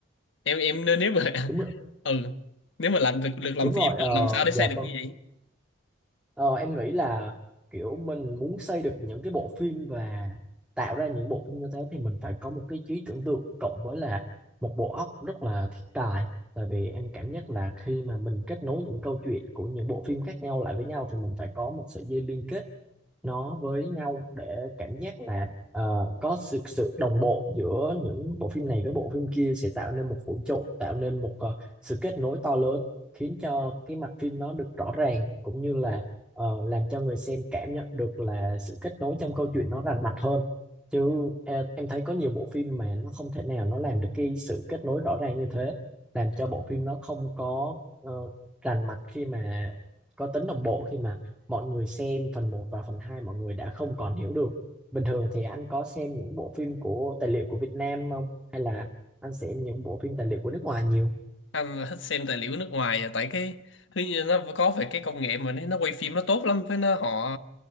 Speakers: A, on the left; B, in the centre.
A: em em nên nếu mà <laughs>
B: đúng rồi
A: ừ nếu mà làm được được làm
B: đúng rồi
A: phim
B: ờ,
A: thì làm sao để xây
B: dạ
A: được
B: vâng
A: như vậy
B: Ờ, em nghĩ là kiểu mình muốn xây được những cái bộ phim và tạo ra những bộ phim như thế thì mình phải có một cái trí tưởng tượng cộng với là một bộ óc rất là thiên tài. Tại vì em cảm nhận là khi mà mình kết nối những câu chuyện của những bộ phim khác nhau lại với nhau thì mình phải có một sợi dây liên kết nó với nhau để cảm giác là ờ, có sự sự đồng bộ giữa những bộ phim này với bộ phim kia sẽ tạo nên một vũ trụ tạo nên một ờ, sự kết nối to lớn khiến cho cái mạch phim nó được rõ ràng cũng như là ờ, làm cho người xem cảm nhận được là sự kết nối trong câu chuyện nó rành mạch hơn chứ ờ, em thấy có nhiều bộ phim mà nó không thể nào nó làm được cái sự kết nối rõ ràng như thế làm cho bộ phim nó không có ờ, rành mạch khi mà có tính đồng bộ khi mà mọi người xem phần một và phần 2 mọi người đã không còn hiểu được. Bình thường thì anh có xem những bộ phim của tài liệu của Việt Nam không? Hay là anh xem những bộ phim tài liệu của nước ngoài nhiều?
A: anh là thích xem tài liệu nước ngoài à, tại cái thứ như nó có phải cái công nghệ mà nó nó quay phim nó tốt lắm với nó họ